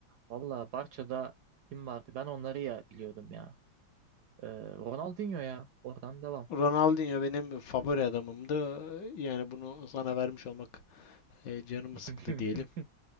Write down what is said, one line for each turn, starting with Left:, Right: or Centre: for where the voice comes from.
Right: Valla Barça'da kim vardı? Ben onları ya biliyordum ya. E, Ronaldinho ya. Oradan devam.
Left: Ronaldinho benim favori adamımdı. Yani bunu sana vermiş olmak E, canımı
Right: <laughs>
Left: sıktı diyelim.